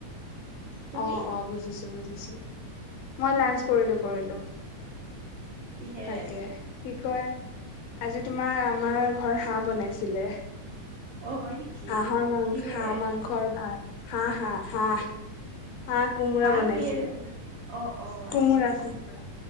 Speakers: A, on the right; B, on the left.
A: তুমি
B: অ অ, বুজিছো। মই লাঞ্চ কৰিলো, কৰিলো।
A: কিহেৰে
B: তাকে,
A: আজি
B: কি কয়! আজি তোমাৰ, আমাৰ ঘৰত হাঁহ বনাইছিলে।
A: অ হয় নেকি
B: হাঁহৰ মাং,
A: কিহেৰে
B: হাঁহ মাংস আৰু ভাত। হাঁ হাঁ, হাঁহ। হাঁহ কোমোৰা
A: হাঁহ
B: বনাইছিলে।
A: কিহেৰে বনাই অ অ
B: কোমোৰা
A: আচ্ছা।
B: কোমোৰা